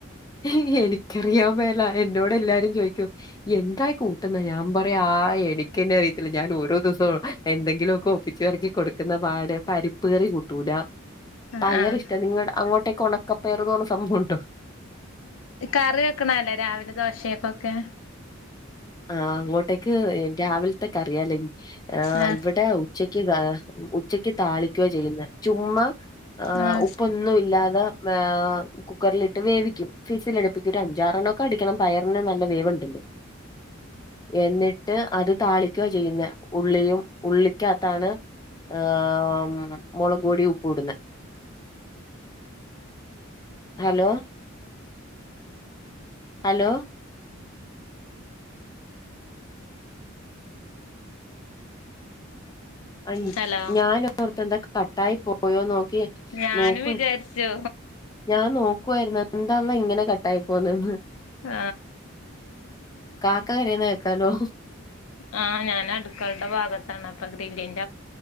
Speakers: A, on the left; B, on the left.
A: <inaudible> നികറിയാമേല എൻ എന്റോട് എല്ലാരും ചോദിക്കും എന്തായി കൂട്ടുന്ന ഞാൻ പറയു ആ എനി എനിക്കെന്നെ അറിയത്തില്ല ഞാൻ ഓരോ ദിവസവും എന്തെങ്കിലുഒക്കെ ഒപ്പിച്ച് പെറക്കി കൊടുക്കുന്ന പാട്. പരിപ്പ് കറി കൂട്ടൂല
B: ആഹ്
A: പയർ
B: ആഹ്
A: ഇഷ്ട നിങ്ങ അങ്ങോട്ടെ കൊണക്കപ്പേറുന്ന്പറഞ്ഞ സംഭവം ഉണ്ടോ
B: കറി വെക്കണ അല്ലേ രാവിലെ ദോശയൊക്കൊക്കെ
A: ആ അങ്ങോട് തെക്ക് രാവില് ത്തെ ക്കറിയാല്ലെ ആ
B: ആഹ്
A: ഇവടെ ഉച്ചക്ക് ഏ ഉ ച്ചക്ക് താളിക്യാ ചെയ്യുന്നെ ചുമ്മാ ഏ
B: ആഹ്
A: ഉപ്പൊന്നുല്ലാതെ ഏ കുക്കറിലിട്ട് വേവിക്കും ഫിസിലടിപ്പിക്ക് ഒരു അഞ്ചാറെണ്ണൊക്കെ അടിക്കണം പയറിന് നല്ല വേവ്ണ്ട് എന്നിട്ട് അത് താളിക്യാ ചെയ്യുന്നെ ഉള്ളിയും ഉള്ളിക്ക അത്താണ് ഏ ഉം മൊളക്‌പൊടിം ഉപ്പൂടുന്ന ഹലോ അലോ അയ്
B: ഹലോ
A: ഞാൻ ഓർത്ത് എന്ത കട്ടായി പോയോ നോക്യേ
B: ഞാനും
A: നോക്കുവായി
B: വിചാരിച്ചു
A: ഞാൻ നോക്കുവായിരുന്നന്തെ ആന്നാ ഇങ്ങനെ കട്ടായി പോന്നന്ന്
B: ആ
A: കാക്ക കരയുന്നേ കേക്കാലോ
B: ആ ഞാനട്ക്കള്ടെ ഭാഗത്താണ് അപ്പൊ ഗ്രില്ലി